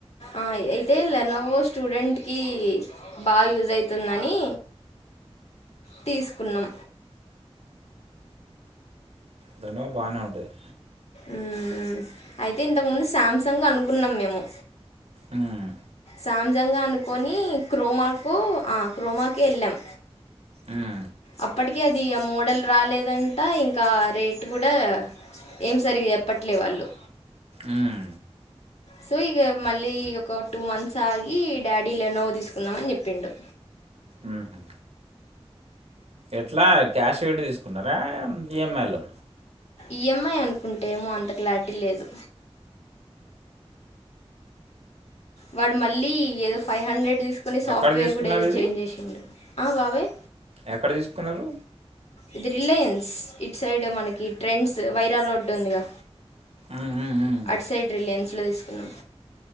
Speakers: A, on the left; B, on the right.
A: ఆ, అయితే లెనోవో స్టూడెంట్కీ బా యూజయితుందని తీస్కున్నం
B: దనొ బానే ఉంటది
A: ఊం అయితే ఇంతకుముందు సాంసంగ్ అనుకున్నం మేము
B: ఉమ్
A: సామ్సంగ్ అనుకొని క్రోమాకు ఆ క్రోమాకి ఎళ్ళాం
B: ఉమ్
A: అప్పటికి అది ఆ మోడల్ రాలేదంట ఇంకా రేట్ కూడా ఏం సరిగ చెప్పట్లే వాళ్ళు
B: ఊం
A: సో ఇగ మళ్ళీ ఒక టూ మంత్స్ ఆగీ డాడీ లెనోవ్ తీసుకుందామని చెప్పిండు
B: ఊ హు ఎట్లా క్యాష్ పెట్టి తీసుకున్నారా ఈఎంఐలో
A: ఈఎంఐ అనుకుంటే ఏమో అంత క్లారిటి లేదు వాడు మల్లీ ఏదో ఫై హండ్రెడ్ దీస్ కుని సాఫ్ట్వేర్
B: ఎక్కడ తీసుకున్నారు
A: గూడా ఏదో
B: ఇది
A: చేంజ్ జేశిండు ఆ బాబయ్
B: ఎక్కడ దీస్కున్నారు?
A: ఇది రిలయన్స్ ఇట్సైడ్ మనకి ట్రెండ్స్ వైరా రోడ్డు ఉందిగా
B: ఉమ్ ఉమ్ ఉమ్
A: అట్సైడ్ రిలయన్స్ ట్ల తీసుకున్నం